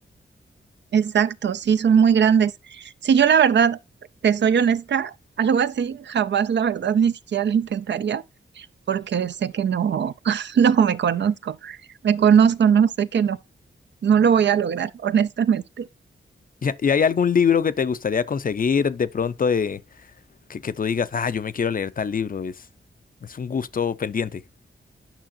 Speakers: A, on the right; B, on the left.
A: Exacto, sí, son muy grandes. Si yo la verdad, te soy honesta, <laughs> algo así, jamás la verdad ni siquiera lo intentaría porque sé que no, <laughs> no me conozco, me conozco, no sé que no, no lo voy a lograr, honestamente.
B: ¿Y, y hay algún libro que te gustaría conseguir de pronto de, que, que tú digas, ah, yo me quiero leer tal libro? Es, es un gusto pendiente.